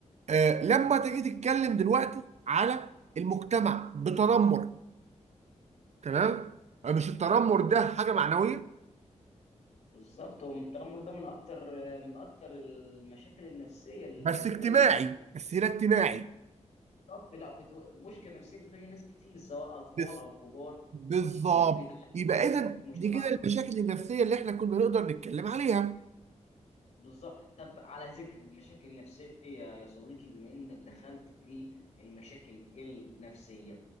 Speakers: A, on the right; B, on the left.
A: آه لما تيجي تتكلم دلوقتي على المجتمع بتنمر تمام؟ آه، مش التنمر ده حاجة معنوية
B: بالظبط هو التنمر ده من اكتر من اكتر المشاكل النفسيه اللي
A: بس
B: بتواجه
A: اجتماعي بس هنا اجتماعي
B: بالظبط لا وبتو... مشكله نفسيه بتواجه ناس كتير سواء اطفال
A: بس
B: او كبار
A: بالظبط
B: كتير بيتعانوا
A: يبقى
B: من التنمر
A: إذا
B: في مجتمعنا
A: دي كده المشاكل النفسية اللي احنا كنا نقدر نتكلم عليها.
B: بالظبط طب على ذكر المشاكل النفسيه يا صديقي بما انك دخلت في المشاكل النفسيه